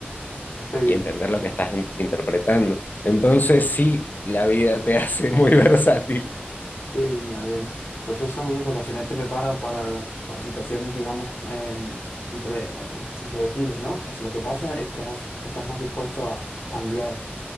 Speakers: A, on the left; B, on the left.
A: pues qué bien,
B: y entender lo que estás in- interpretando. Entonces, sí, la vida te hace muy <laughs> versátil.
A: qué bien, Adrián. Pues eso está muy bien porque al final te prepara para, para situaciones, digamos, eh, impre- eh, impredecibles, ¿no? O sea, lo que pasa, estás, estás más dispuesto a cambiar